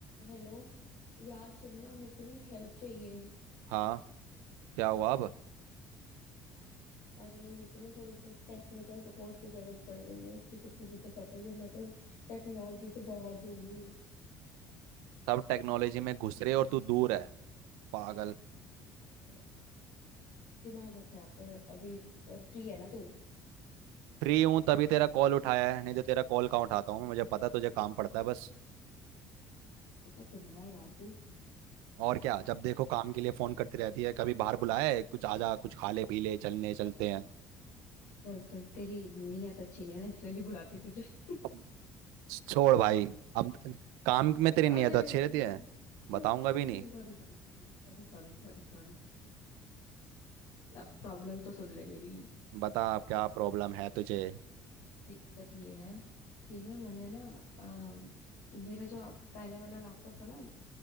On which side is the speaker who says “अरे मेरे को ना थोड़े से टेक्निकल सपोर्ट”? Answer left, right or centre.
Left